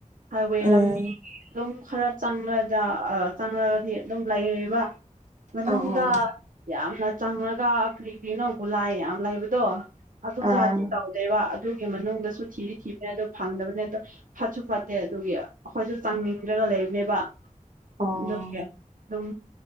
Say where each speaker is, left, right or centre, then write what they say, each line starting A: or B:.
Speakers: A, on the right; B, on the right.
A: ꯍꯥꯏꯋꯦ
B: ꯎꯝ
A: ꯂꯝꯕꯤꯒꯤ ꯑꯗꯨꯝ ꯈꯔ ꯆꯪꯂꯒ ꯑꯥ ꯆꯪꯉꯑꯗꯤ ꯑꯗꯨꯝ ꯂꯩꯔꯤꯕ ꯃꯅꯨꯡꯗ
B: ꯑꯣ
A: ꯌꯥꯝꯅ ꯆꯪꯉꯒ ꯑ ꯀ꯭ꯔꯤ ꯀ꯭ꯔꯤꯅꯣꯕꯨꯂꯥꯏ ꯌꯥꯝ ꯂꯩꯕꯗꯣ ꯑꯗꯨ
B: ꯑꯥ
A: ꯖꯥꯇꯤ ꯇꯧꯗꯦꯕ ꯑꯗꯨꯒꯤ ꯃꯅꯨꯡꯗꯁꯨ ꯊꯤꯗꯤ ꯊꯤꯕꯅꯦ ꯑꯗꯨ ꯐꯪꯗꯕꯅꯦ ꯑꯗ ꯐꯠꯁꯨ ꯐꯠꯇꯦ ꯑꯗꯨꯒꯤ ꯑꯈꯣꯏꯁꯨ ꯆꯥꯡꯅꯤꯡꯗ꯭ꯔꯒ ꯂꯩꯕꯅꯦꯕ
B: ꯑꯣ
A: ꯑꯗꯨꯒꯤ ꯑꯗꯨꯝ